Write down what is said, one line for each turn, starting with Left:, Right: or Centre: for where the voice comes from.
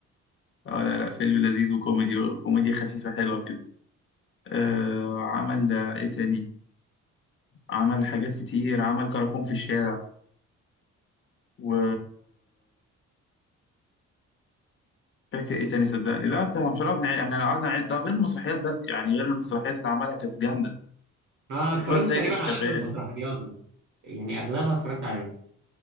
Left: اه لا لا فيلم لذيذ وكوميدي كوميديا خفيفه حلوه كده آه عمل آه، ايه تاني عمل حاجات كتير عمل كراكون في الشارع و فاكر ايه تاني صدقني لا انت مش هنقعد نعيد احنا لو قعدنا نعيد ده غير المسرحيات بقى يعني غير المسرحيات اللي عملها كانت جامده
Right: آه، انا اتفرجت
Left: الواد سيد
Right: تقريبا
Left: الشغال
Right: على اغلب مسرحياته يعني اغلبها اتفرجت عليه